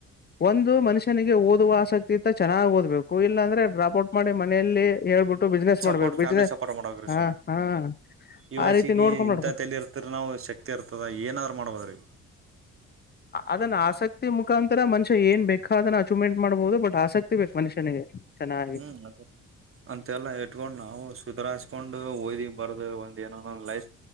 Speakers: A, on the left; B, on the right.
A: ಒಂದು ಮನುಷ್ಯನಿಗೆ ಓದುವ ಆಸಕ್ತಿ ೀರ್ ಚೆನ್ನಾಗಿ ಓದ್ಬೇಕು ಇಲ್ಲಾಂದ್ರೆ ಡಾಪ್ ಔಟ್ ಮಾಡಿ ಮನೆಯಲ್ಲಿ ಹೇಳ್ಬಿಟ್ಟು ಬಿಸ್ನೆಸ್
B: ಸಪೋರ್ಟ್
A: ಮಾಡ್ಬೇಕು ಬಿಸ್ನೆಸ್
B: ಫ್ಯಾಮಿಲಿ ಸಪೋರ್ಟ್ ಮಾಡಬೇಕ್ರಿ
A: ಹ
B: ಸುಮ್
A: ಹಾ
B: ಈ ವಷಿಗೆ
A: ಆ ರೀತಿ ನೋಡ್ಕೊಂಡ್
B: ಇಂಥ
A: ಮಾಡ್ಕೊ
B: ತಲಿ ಇರ್ತ್ರ ನಾವು ಶಕ್ತಿ ಇರ್ತದ ಏನಾದ್ರು ಮಾಡ್ಬೋದ್ರಿ
A: ಅದನ್ನ ಆಸಕ್ತಿ ಮುಖಾಂತರ ಮನುಷ್ಯ ಏನ್ ಬೇಕಾ ಅದನ್ನ ಅಚೀವ್ಮೆಂಟ್ ಮಾಡ್ಬಹುದು ಬಟ್ ಆಸಕ್ತಿ ಬೇಕು ಮನುಷ್ಯನಿಗೆ ಚೆನ್ನಾಗಿ
B: ಹ್ಮ್ ಅದ ಅಂತೆಲ್ಲಾ ಇಟ್ಕೊಂಡ್ ನಾವು ಸುಧರಾಸ್ಕೊಂಡು ೋ್ದೀವಿ ಬರದು ಒಂದ ಏನೋೊ ಲೈಫ್